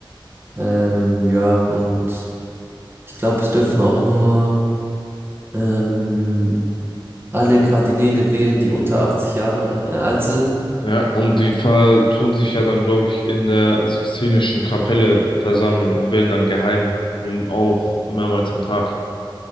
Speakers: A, on the right; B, on the left.
A: Ähm, ja, und ich glaube, es dürfen auch nur ähm, alle Kardinäle wählen, die unter 80 Jahren äh, alt sind.
B: Ja, und die ver tun sich ja dann, glaube ich, in der Sixtinischen Kapelle versammeln und wählen dann geheim und auch mehrmals am Tag.